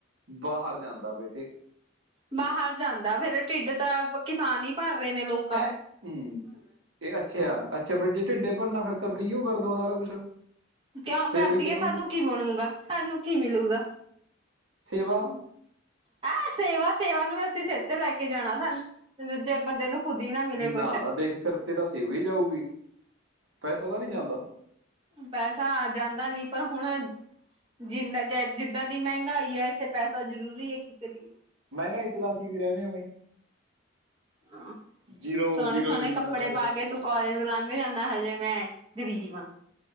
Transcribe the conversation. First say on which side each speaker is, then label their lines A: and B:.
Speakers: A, on the right (about 85°); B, on the right (about 25°).
A: ਬਾਹਰ ਜਾਂਦਾ ਬੇਟੇ।
B: ਬਾਹਰ ਜਾਂਦਾ, ਫਿਰ ਢਿੱਡ ਤਾਂ ਕਿਸਾਨ ਹੀ ਭਰ ਰਹੇ ਨੇ ਲੋਕ।
A: ਐ ਹੂੰ ਇਹ ਅੱਛਾ ਆ ਅੱਛਾ ਫਿਰ ਜੇ ਢਿੱਡੇ ਭਰਨਾ ਫਿਰ ਤਾਂ ਫਰੀ ਓ ਕਰਦੋ ਸਾਰਾ ਕੁਛ
B: ਕਿਉਂ
A: ਸੇਵਾ
B: ਕਰਦੀ
A: ਹੀ ਚੱਲਣ
B: ਹੈ, ਸਾਨੂੰ
A: ਦੋ
B: ਕੀ ਬਣੂਗਾ ਸਾਨੂੰ ਕੀ ਮਿਲੂਗਾ।
A: ਸੇਵਾ,
B: ਹੈਂ ਸੇਵਾ ਸੇਵਾ ਨੂੰ ਵੀ ਅਸੀਂ ਸਿਰ ਤੇ ਲੈ ਕੇ ਜਾਣਾ, ਸਾਨੂੰ ਜੇ ਬੰਦੇ ਨੂੰ ਖੁਦ ਹੀ ਨਾ ਮਿਲੇ
A: ਨਾ-ਨਾ,
B: ਕੁਛ
A: ਦੇਖ ਸਿਰ ਤੇ ਤਾਂ ਅਸੀਂ ਵੀ ਜਾਊਗੀ ਪੈਸਾ ਤਾਂ ਨਹੀਂ ਜਾਂਦਾ।
B: ਪੈਸਾ ਆ ਜਾਂਦਾ ਨੀ ਪਰ ਹੁਣ ਜਿੰਨਾ ਜਿੱਦਾਂ ਦੀ ਮਹਿੰਗਾਈ ਹੈ, ਇੱਥੇ ਪੈਸਾ ਜ਼ਰੂਰੀ ਹੈ ਕੀ ਕਰੀਏ।
A: ਮਹਿੰਗਾਈ ਚ ਤਾਂ ਅਸੀਂ ਵੀ ਰਹਿੰਦੇ ਹਾਂ ਬਾਈ,
B: ਹਾਂ
A: ਜੀਰੋ
B: ਸੋਹਣੇ-ਸੋਹਣੇ
A: ਜੀਰੋ ਜ਼ਮੀਨ
B: ਕੱਪੜੇ
A: ਆ ਸਾਡੇ ਕੋਲ
B: ਪਾ ਕੇ ਤੂੰ, ਕਾਲਜ ਲੰਘ ਜਾਂਦਾ ਹਜੇ ਮੈਂ ਗ਼ਰੀਬ ਹਾਂ।